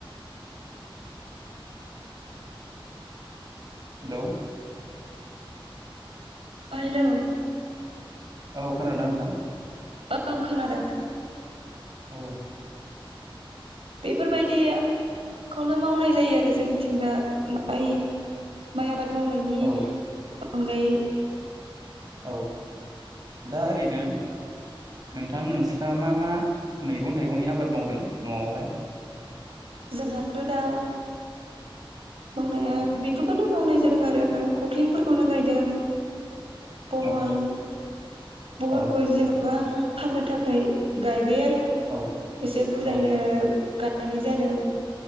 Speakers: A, on the right; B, on the right.
A: हेलौ।
B: ओ हेलौ।
A: औ खोनादोंना नोंथां?
B: ओं खोनादों।
A: औ। <inaudible>
B: बेफोरबायदिखौनो मावनाय जायो आरो जोंनिथिं दा माइ माइ आबाद मावनायनि
A: औ
B: अनगायै।
A: औ <inaudible> दा ओरैनो नोंथां नोंस्रा मा मा मैगं थाइगंनि आबाद मावदों न'आवहाय?
B: जोंहाथ' दा मावनाया बेफोरखौनो मावनाय जादों आरो खखलिंफोरखौनो गायदों। बहल
A: औ
B: बहलखौ
A: औ
B: जेनेबा फाननो थाखाय गायबाय आरो।
A: औ
B: एसे बुरजायनो
A: औ
B: गायनाय जादों